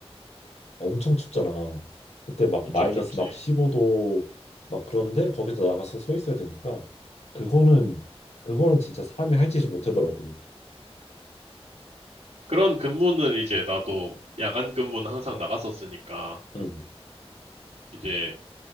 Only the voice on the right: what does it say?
엄청
춥지.
그런 근무는 이제 나도 야간 근무는 항상 나갔었으니까
이제